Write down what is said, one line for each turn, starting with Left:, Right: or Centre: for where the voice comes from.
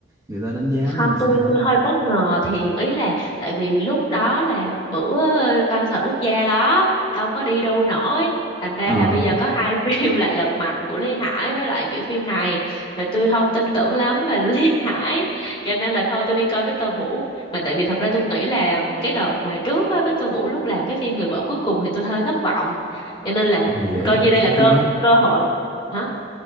Right: người ta đánh giá
Left: không
Right: nó làm
Left: tôi
Right: sao?
Left: tôi hơi bất ngờ thiệt ý là tại vì lúc đó là bữa ờ, concert quốc gia đó đâu có đi đâu nổi thành ra
Right: Ờ,
Left: là bây giờ có hai <laughs> phim là Lật Mặt của Lý Hải với lại kiểu phim này mà tôi không tin tưởng lắm về <laughs> Lý Hải cho nên là thôi tôi đi coi Victor Vũ mà tại vì thật ra tôi nghĩ là cái đợt mà trước á Victor Vũ lúc làm cái phim Người vợ cuối cùng thì tôi hơi thất vọng cho nên là
Right: ờ vậy
Left: ừ, coi
Right: á hả?
Left: như đây
Right: Ồ
Left: là cơ
Right: phim đó
Left: cơ hội hả